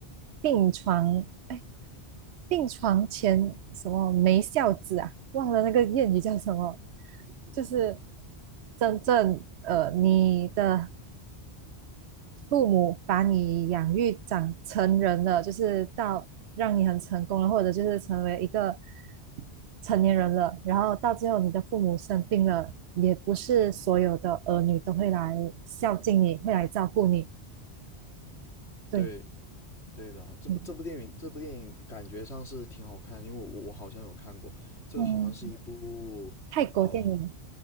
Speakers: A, on the right (about 80°); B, on the left (about 85°).
A: 病床。哎病床前什么没孝子啊，忘了那个谚语叫什么，就是真正呃你的父母把你养育长成人了，就是到让你很成功了，或者就是成为一个成年人了，然后到最后你的父母生病了，也不是所有的儿女都会来孝敬你，会来照顾你，对，
B: 对。对的，这部这部电影这部电影感觉上是挺好看，
A: 嗯
B: 因为我我我好像有看过，这个好像是一部哦，
A: 嗯，泰国电影。